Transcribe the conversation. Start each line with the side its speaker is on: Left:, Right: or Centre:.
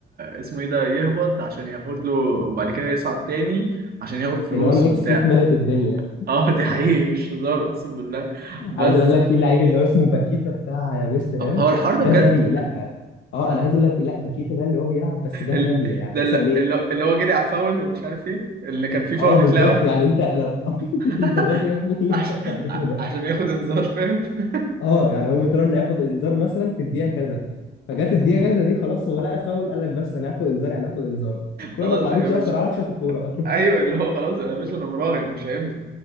Right: اسمه ايه ده يهبط عشان ياخد له وبعد كده يصعد تاني عشان ياخد فلوس
Left: ال1 اكس
Right: وبتاع
Left: بيت ملت الدنيا
Right: <laughs> اه دي حقيقي مش هزار اقسم بالله بس
Left: عايز اقول لك في لعيب اللي هو اسمه باكيتا بتاع ويست هام
Right: ه- هو الحوار ده
Left: ده
Right: بجد
Left: غبي لا اه انا عايز اقول لك لا باكيتا ده اللي هو بيلعب بس ده
Right: ال...
Left: غبي يعني
Right: ده
Left: مثلا
Right: اللي...
Left: ايه
Right: اللي اللي هو جري على الفاول ومش عارف ايه اللي كان فيه فاول
Left: اه
Right: بيتلعب
Left: بالظبط يعني انت لو <laughs>
Right: <laughs>
Left: انت غبي يا ابني اللي
Right: عشان
Left: انت بتعمله ده
Right: عشان ياخد انذار فاهم <laughs>
Left: اه يعني هو مترن ياخد انذار مثلا في الدقيقه كذا فجت الدقيقه كذا دي خلاص هو لقى فاول قال لك بس انا هاخد انذار يعني هاخد انذار الكوره
Right: خلاص
Left: ما اتلعبتش
Right: يا باشا
Left: اصلا على عشان الكوره
Right: ايوه اللي هو خلاص انا يا باشا انا مراهن مش هينفع